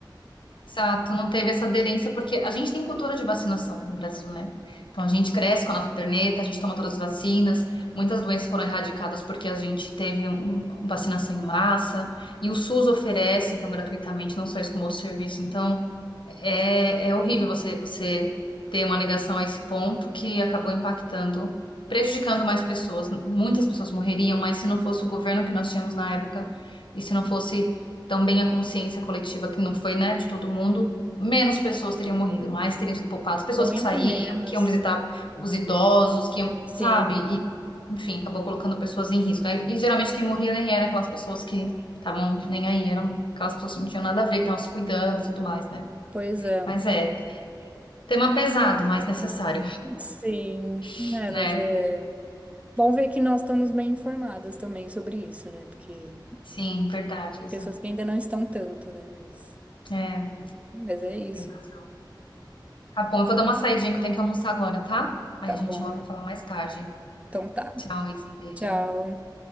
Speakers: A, on the left; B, on the right.
A: Exato, não teve essa aderência, porque a gente tem cultura de vacinação no Brasil, né? Então, a gente cresce com a nossa caderneta, a gente toma todas as vacinas, muitas doenças foram erradicadas porque a gente teve um, um vacinação em massa, e o SUS oferece, então, gratuitamente, não só isso, como outro serviço. Então, É, é horrível você, você ter uma negação a esse ponto que acabou impactando, prejudicando mais pessoas. Muitas pessoas morreriam, mas se não fosse o governo que nós tínhamos na época, e se não fosse também a consciência coletiva, que não foi, né, de todo mundo, menos pessoas teriam morrido, mais teriam sido poupadas. Pessoas
B: Muito
A: que saíam,
B: menos.
A: que iam visitar os idosos, que iam,
B: Sim,
A: sabe? E, enfim, acabou colocando pessoas em risco. Aí- E geralmente quem morria nem era aquelas pessoas que estavam nem aí, eram aquelas pessoas que não tinham nada a ver, que estavam se cuidando e tudo mais, né?
B: pois é.
A: Mas é, tema pesado, mas necessário,
B: Sim,
A: <laughs>
B: é,
A: né?
B: mas é. Bom ver que nós estamos bem informadas também sobre isso, né? Porque
A: Sim, verdade,
B: tem
A: Isa.
B: pessoas que ainda não estão tanto, né? Mas,
A: É,
B: mas é isso.
A: tem... razão. tá bom, eu vou dar uma saidinha que eu tenho que almoçar agora, tá? Aí
B: Tá
A: a gente
B: bom.
A: volta a falar mais tarde.
B: Então tá.
A: Tchau, Isa, um beijo.
B: Tchau.